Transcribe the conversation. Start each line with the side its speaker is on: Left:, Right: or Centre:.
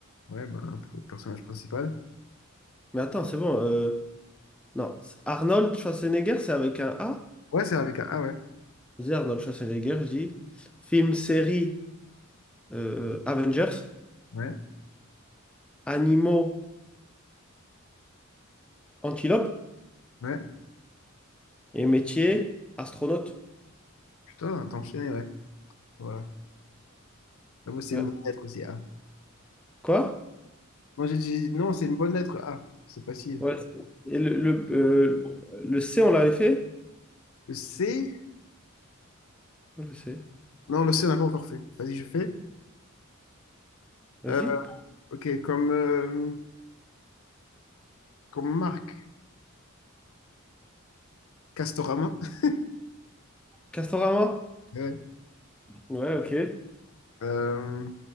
Left: Ouais, ben, pour le personnage principal.
Centre: Mais attends, c'est bon. euh, Non, c'est- Arnold Schwarzenegger, c'est avec un A.
Left: Ouais, c'est avec un A, ouais.
Centre: Je dis Arnold Schwarzenegger, je dis film, série, euh, Avengers,
Left: Ouais,
Centre: animaux, antilopes,
Left: ouais.
Centre: et métier, astronaute.
Left: Putain, t'as enchaîné, ouais. Voilà. J'avoue, c'est
Centre: Ouais.
Left: une bonne lettre aussi, A.
Centre: Quoi?
Left: Non, j'ai dit, non, c'est une bonne lettre, A. C'est facile.
Centre: Ouais. Et le, le, euh, le C, on l'avait fait?
Left: Le C.
Centre: Ouais, Je sais.
Left: Non, le C, n'a pas encore fait. Vas-y, je fais.
Centre: Vas-y.
Left: Euh, ok, comme, euh, comme marque, Castorama. <laughs>
Centre: Castorama?
Left: Ouais.
Centre: Ouais, ok.
Left: Euh,